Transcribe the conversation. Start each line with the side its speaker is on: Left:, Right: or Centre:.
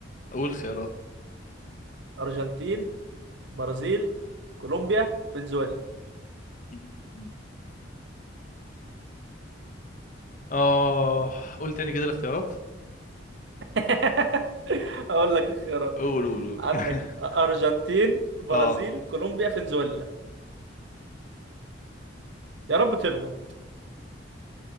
Left: اقول خيارات
Right: ارجنتين برازيل كولومبيا فنزويلا
Left: مم. اه قول تاني كده الاختيارات
Right: <laughs> اقول لك الخيارات
Left: قول قول قول
Right: عندك
Left: <laughs>
Right: ارجنتين برازيل
Left: اه
Right: كولومبيا فنزويلا يا رب تغلط